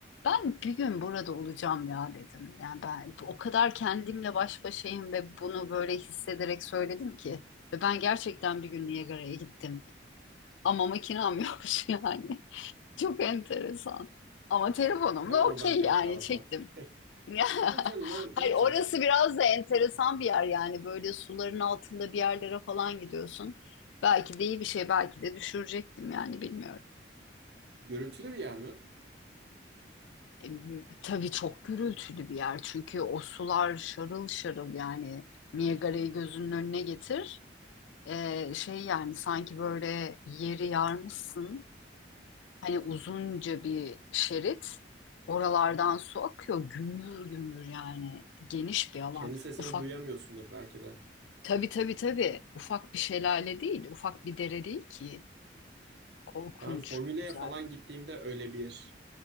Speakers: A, on the left; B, on the right.
A: Ben bir gün burada olacağım ya dedim. Yani ben o kadar kendimle baş başayım ve bunu böyle hissederek söyledim ki. Ve ben gerçekten bir gün Niagara'ya gittim. Ama makinam <laughs> yokmuş yani. Çok enteresan. Ama telefonumla
B: Hemen oradan
A: okey
B: bir tane
A: yani
B: kirala
A: çektim.
B: falan. <laughs>
A: Ya, <laughs>
B: Tabii canım ne,
A: hayır
B: ne yapacaksın?
A: orası biraz da enteresan bir yer yani böyle suların altında bir yerlere falan gidiyorsun. Belki de iyi bir şey belki de düşürecektim yani bilmiyorum.
B: Gürültülü bir yer mi?
A: E, tabii çok gürültülü bir yer çünkü o sular şarıl şarıl yani Niagara'yı gözünün önüne getir. E, şey yani sanki böyle yeri yarmışsın hani uzunca bir şerit oralardan su akıyor gümbür gümbür yani geniş bir alan.
B: Kendi sesini
A: Ufak
B: duyamıyorsundur belki de.
A: Tabii tabii tabii. Ufak bir şelale değil, ufak bir dere değil ki. Korkunç,
B: Ben Formüla'ya
A: güzel.
B: falan gittiğimde öyle bir